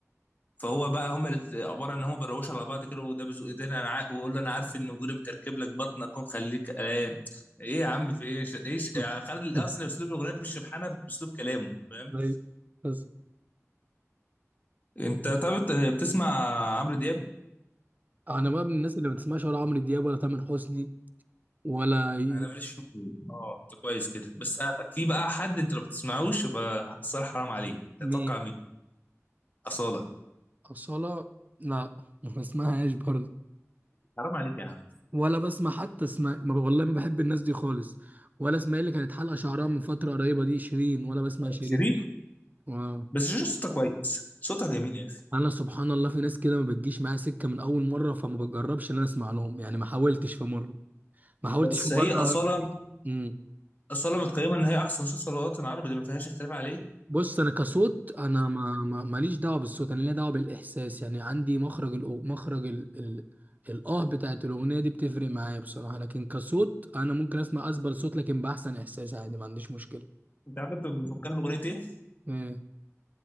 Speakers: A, on the left; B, on the right.
A: فهو بقى هم الات- عباره ان هم بيروشوا على بعض كده وده بيزق ايدينا انا عا- ويقول له انا عارف ان وجودي مكركب لك بطنك ومخليك قلقان ايه يا عم في ايه ش- ايش
B: <laughs>
A: يعني خالد اصلا اسلوب الاغنيه بالشبحانه باسلوب كلامه فاهم
B: طيب بس
A: انت طب انت بتسمع عمرو دياب
B: انا بقى من الناس اللي ما بتسمعش ولا عمرو دياب ولا تامر حسني ولا ي-
A: انا ماليش فيه اه انت كويس كده بس في بقى حد انت لو بتسمعوش يبقى الصراحه حرام عليك
B: مين
A: تتوقع مين اصاله
B: أصالة لا ما بسمعهاش برضه
A: حرام عليك يا عم
B: ولا بسمع حتى اسماء ما- ب- والله ما بحب الناس دي خالص ولا اسماء اللي كانت حلقة شعرها من فترة قريبة دي شيرين ولا بسمع شيرين
A: شيرين
B: واو.
A: بس شيرين صوتها كويس صوتها جميل يا اخي
B: أنا سبحان الله في ناس كده ما بتجيش معايا سكة من أول مرة فما بجربش إن أنا أسمع لهم يعني ما حاولتش في مرة ما حاولتش
A: بس
B: في مرة
A: هي اصاله
B: مم.
A: اصاله متقيمه ان هي احسن صوت في الوطن العربي دي ما فيهاش اختلاف عليه
B: بص انا كصوت انا ما ما- ماليش دعوه بالصوت انا ليا دعوه بالاحساس يعني عندي مخرج الأو... مخرج ال... ال... الاه بتاعت الاغنيه دي بتفرق معايا بصراحه لكن كصوت انا ممكن اسمع اسبل صوت لكن باحسن احساس عادي ما عنديش مشكله
A: انت عارف انت بتفكرني باغنيه ايه؟
B: إيه.